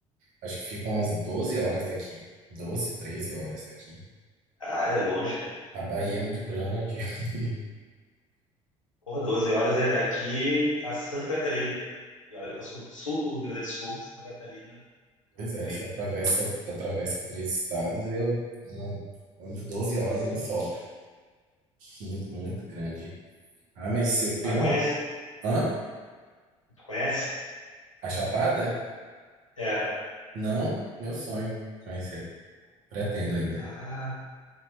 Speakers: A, on the right; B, on the left.
A: Acho que ficam umas 12 horas daqui. doze, treze horas daqui.
B: Ah, é longe, cara.
A: A Bahia é muito grande. <laughs>
B: Porra, 12 horas é daqui a Santa Catarina. E olha que eu sou do sul do Rio Grande do Sul, Santa Catarina.
A: Pois é,
B: Enfim,
A: você atravessa,
B: é muito.
A: atravessa três estados, eu ando, ando 12 horas em um só. Muito, muito grande. Ah, mas se eu tenho.
B: Mas conhece?
A: um Hã?
B: Tu conhece?
A: A Chapada?
B: É.
A: Não, meu sonho conhecer. Pretendo ainda.
B: Ah,